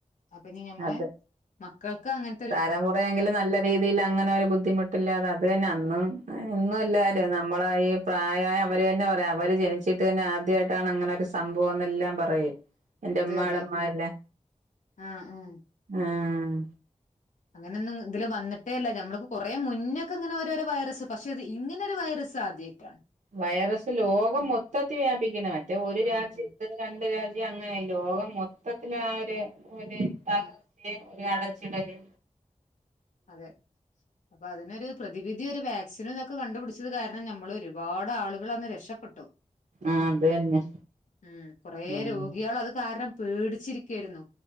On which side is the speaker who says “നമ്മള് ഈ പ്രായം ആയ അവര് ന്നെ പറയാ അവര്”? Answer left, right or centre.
Right